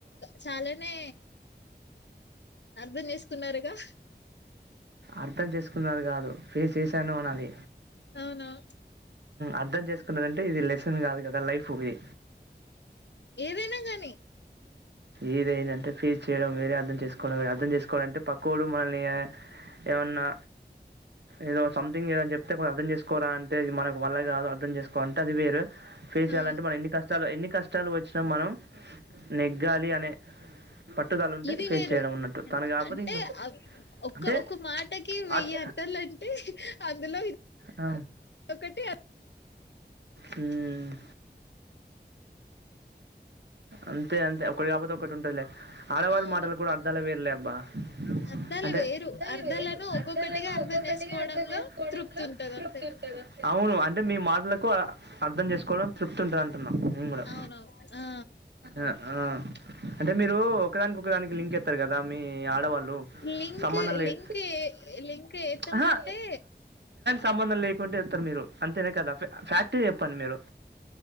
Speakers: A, on the left (about 85°); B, on the right (about 75°).
A: చాలానే అర్థం చేసుకున్నారుగా
B: అర్థం చేసుకున్నారు గాదు ఫేస్ చేశాను అనాలి
A: అవునవును
B: అర్ధం చేస్త చేసుకున్నదంటే ఇది లెసన్ కాదు కదా లైఫ్ ఇది
A: ఏదైనా గాని
B: ఏదేయినా అంటే ఫెస్ చేయడం వేరే అర్థం చేసుకోవడం వేరే అర్థం చేసుకోవడం అంటే పక్కోడు మనల్ని ఏమన్నా ఏదో సంథింగ్ ఏదో చెప్తే కొంచం అర్థం చేసుకోరా అంటే ఇది మనకు వల్ల కాదు అర్థం చేసుకోవా లంటే అది వేరు ఫేస్ చేయాలంటే
A: అవును
B: మన ఎన్ని కష్టాలు ఎన్ని కష్టాలు వచ్చినా మనం నెగ్గాలి అనే పట్టుదల ఉంటే
A: ఇది
B: ఫేస్
A: వేరు
B: చేయడం ఉన్నట్టు
A: అ
B: తను కాకపోతే
A: అంటే
B: ఇంకో
A: ఒ
B: అంటే
A: ఒక్క మాటకి వెయ్య
B: అది
A: అర్థ అంటే అందులో
B: ఆ
A: ఒకటి
B: మ్ అంతే అంతే ఒకటి కాకపోతే ఒకటి ఉంటదిలే ఆడవాళ్ళ
A: అవును
B: మాటలు కూడా అర్ధాలు వేరలే బా
A: అర్థాలు
B: అంటే
A: వేరు
B: అర్ధాలు
A: అర్థాలను
B: వేరు
A: ఒక్కొక్కటిగా
B: అర్ధాలను
A: అర్థం
B: ఒక్కొక్కటిగా
A: చేసుకోవడంలో
B: అర్ధం చేసుకోవడంలో
A: తృప్తి ఉంటది
B: తృప్తిఉంటాది
A: అంతే
B: అంతే అవును అంటే మీ మాటలకు అర్థం చేసుకోవడం తృప్తుంటది అంటున్నా కూడా
A: అవునవు ఆ
B: ఆ ఆ అంటే మీరు ఒకదానికి ఒకదానికి లింక్ ఎస్తారు కదా మీ ఆడవాళ్ళు
A: లింక్
B: సంబంధం లేని
A: లింక్ లింక్ ఏత్తామంటే
B: ఆహా సంబంధం లేకుంటే ఇస్తారు మీరు అంతేనే కదా ఫ్యాక్ట చెప్పండి మీరు